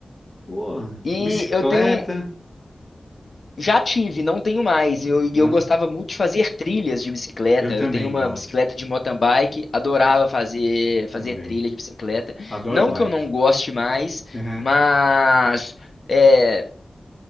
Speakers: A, on the left (about 30°); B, on the left (about 60°).
A: pô,
B: E
A: bicicleta,
B: eu tenho. Já tive, não tenho mais. Eu, e
A: não?
B: eu gostava muito de fazer trilhas de bicicleta.
A: Eu
B: Eu
A: também
B: tenho uma
A: gosto,
B: bicicleta de mountain bike, adorava fazer, fazer
A: também.
B: trilha de bicicleta.
A: Adoro
B: Não
A: bike.
B: que eu não goste mais,
A: Aham.
B: mas. é,